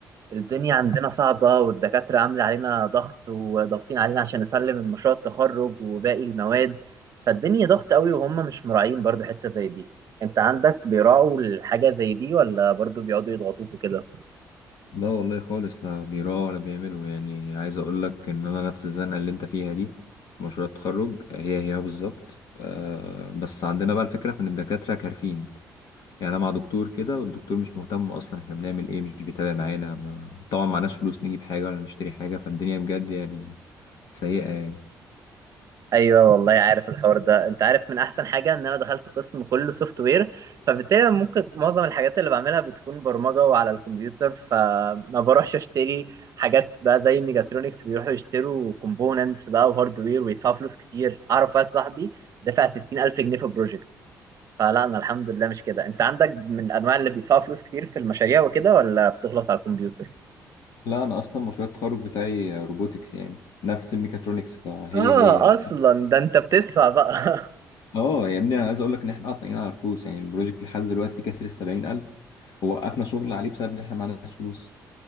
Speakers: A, on the right; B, on the left.
A: الدنيا عندنا صعبة والدكاترة عاملة علينا ضغط وضاغطين علينا عشان نسلم المشروع التخرج وباقي المواد فالدنيا ضغط قوي وهم مش مراعين برضو حتة زي دي أنت عندك بيراعوا الحاجة زي دي ولا برضو بيقعدوا يضغطوك وكده؟
B: لا والله خالص لا بيراعوا ولا بيعملوا يعني عايز اقول لك ان انا نفس الزنقه اللي انت فيها دي مشروع التخرج هي هي بالظبط أه بس عندنا بقى الفكره في ان الدكاتره كارفين يعني انا مع دكتور كده والدكتور مش مهتم اصلا احنا بنعمل ايه مش بيتابع معانا ما... طبعا معناش فلوس نجيب حاجه ولا نشتري حاجه فالدنيا بجد يعني سيئه يعني
A: ايوه والله عارف الحوار ده انت عارف من احسن حاجه ان انا دخلت قسم كله سوفت وير فبالتالي أنا ممكن معظم الحاجات اللي بعملها بتكون برمجه وعلى الكمبيوتر فما بروحش اشتري حاجات بقى زي ميجاترونكس بيروحوا يشتروا كومبوننتس بقى وهاردوير ويدفعوا فلوس كتير اعرف واحد صاحبي دفع 60000 جنيه في بروجكت فلا انا الحمد لله مش كده انت عندك من انواع اللي بيدفعوا فلوس كتير في المشاريع وكده ولا بتخلص على الكمبيوتر
B: لا انا اصلا مشروع التخرج بتاعي روبوتكس يعني نفس الميكاترونكس فهي
A: اه
B: هي يعني
A: اصلا ده انت بتدفع بقى <laughs>
B: اه يا ابني انا عايز اقول لك ان احنا قاطعين على فلوس يعني البروجكت لحد دلوقتي كسر ال 70000 ووقفنا شغل عليه بسبب ان احنا ما عندناش فلوس